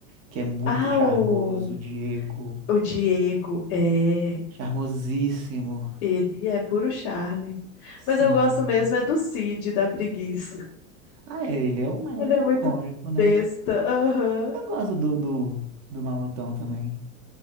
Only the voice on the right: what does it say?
Que é muito
charmoso,
o Diego.
Charmosíssimo.
Sim.
Ah, é, ele é o maior
livro
cômico, né?
Eu gosto do, do, do Mamutão também.